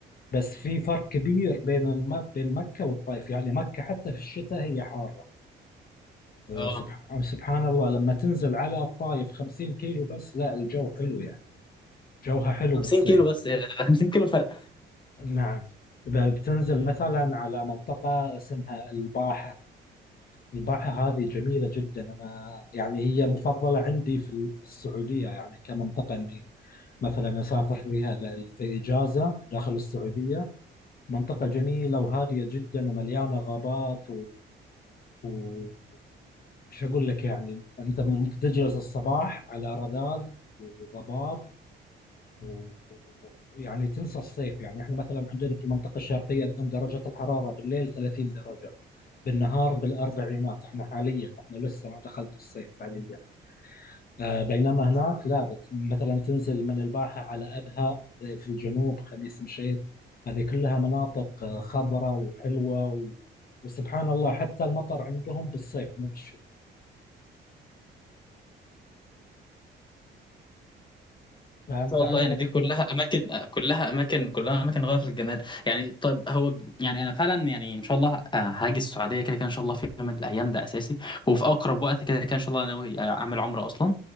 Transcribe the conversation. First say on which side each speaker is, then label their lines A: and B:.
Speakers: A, on the left; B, on the left.
A: بس في فرق كبير بين الم... بين مكة والطائف يعني مكة حتى في الشتاء هي حارة أه،
B: اه
A: سبح- آه، سبحان الله لما تنزل على الطايف 50 كيلو بس لا الجو حلو يعني جوها حلو
B: 50
A: بالصيف
B: كيلو بس <laughs> 50 كيلو فرق
A: نعم ب- بتنزل
B: <laughs>
A: مثلا على منطقة اسمها الباحة الباحة هذه جميلة جدا أنا يعني هي مفضلة عندي في ال- في السعودية يعني كمنطقة إني مثلا أسافر فيها ل- في إجازة داخل السعودية منطقة جميلة وهادية جدا ومليانة غابات و... مش هقول لك يعني انت ممكن تجلس الصباح على رذاذ وضباب و- ويعني تنسى الصيف يعني احنا مثلا عندنا في المنطقه الشرقيه الان درجه الحراره بالليل 30 درجه بالنهار بالاربعينات احنا حاليا احنا لسه ما دخلت الصيف فعليا آه بينما هناك لا بت- مثلا تنزل من الباحه على ابها في الجنوب خميس مشيط هذه كلها مناطق آه، خضراء وحلوه و... وسبحان الله حتى المطر عندهم بالصيف مو بالشتاء فأنت
B: ان شاء
A: عندك
B: الله يعني دي كلها اماكن كلها اماكن كلها اماكن غايه في الجمال يعني طب هو يعني انا فعلا يعني ان شاء الله آه، هاجي السعوديه كده كده ان شاء الله في يوم من الايام ده اساسي وفي اقرب وقت كده كده ان شاء الله انا ناوي آه، اعمل عمره اصلا